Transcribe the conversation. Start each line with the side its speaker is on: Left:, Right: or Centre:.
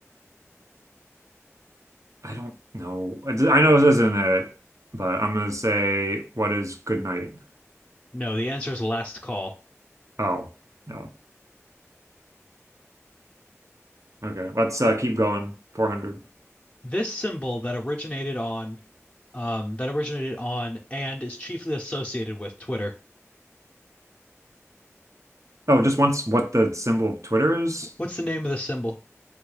Right: don't know. I I know this isn't it, but I'm gonna say, what is good night?
Left: No, the answer is last call.
Right: Oh, no. Okay, let's uh, keep going. 400.
Left: This symbol that originated on um, that originated on and is chiefly associated with Twitter.
Right: Oh, it just wants what the symbol of Twitter is?
Left: What's the name of the symbol?